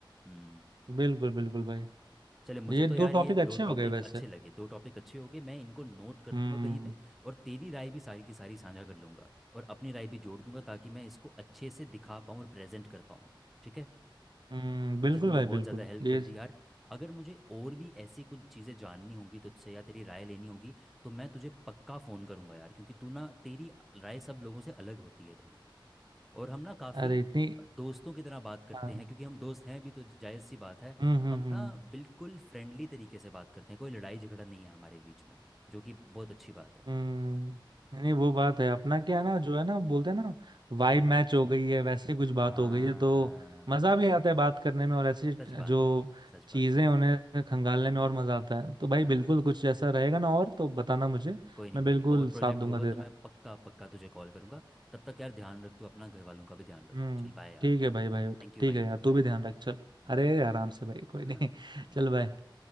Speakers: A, in the centre; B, on the right (about 60°).
A: हम्म
B: बिल्कुल बिल्कुल भाई
A: चले मुझे
B: ये
A: तो
B: दो
A: यार ये
B: टॉपिक
A: दो
B: अच्छे
A: टॉपिक
B: हो गए वैसे
A: अच्छे लगे दो टॉपिक अच्छे हो गए मैं इनको नोट कर
B: हम्म
A: लूँगा कहीं पे और तेरी राय भी सारी की सारी साझा कर लूँगा और अपनी राय भी जोड़ दूंगा ताकि मैं इसको अच्छे से दिखा पाऊँ और प्रेजेंट कर पाऊँ ठीक है
B: हम्म बिल्कुल
A: वैसे तूने
B: भाई
A: बहुत
B: बिल्कुल
A: ज़्यादा हेल्प
B: ये
A: कर दी यार अगर मुझे और भी ऐसी कुछ चीज़ें जाननी होंगी तुझसे या तेरी राय लेनी होगी तो मैं तुझे पक्का फ़ोन करूँगा यार क्योंकि तू ना तेरी राय सब लोगों से अलग होती है थोड़ी और हम ना काफ़ी
B: अरे इतनी
A: दोस्तों की तरह बात करते
B: हाँ
A: हैं क्योंकि हम दोस्त हैं भी तो जायज़ सी बात है
B: हम्म हम्म
A: हम
B: हम्म
A: ना बिल्कुल फ्रेंडली तरीके से बात करते हैं कोई लड़ाई झगड़ा नहीं है हमारे बीच में जो कि बहुत अच्छी बात है
B: हम्म, नहीं वो बात है अपना क्या है ना जो है ना बोलते हैं ना वाइब मैच हो गई है वैसे कुछ
A: हाँ
B: बात हो गई है तो मजा भी आता है बात करने में और ऐसी
A: सच बात
B: जो
A: है सच
B: चीजें
A: बात है
B: उन्हें खंगालने में और मजा आता है तो भाई
A: हाँ
B: बिल्कुल कुछ ऐसा रहेगा ना और तो बताना मुझे
A: कोई नहीं
B: मैं
A: भाई
B: बिल्कुल
A: और प्रोजेक्ट
B: साथ दूंगा
A: होगा
B: तेरा
A: तो मैं पक्का पक्का तुझे कॉल करूँगा तब तक यार ध्यान रख तू अपना घर वालों का भी ध्यान रख
B: हम्म
A: चल बाय यार
B: ठीक है भाई भाई
A: थैंक यू
B: ठीक
A: भाई
B: है यार तू
A: Bye
B: भी
A: bye
B: ध्यान रख चल
A: हम्म
B: अरे आराम से भाई कोई नहीं
A: <laughs>
B: <laughs>
A: बाय
B: चल भाई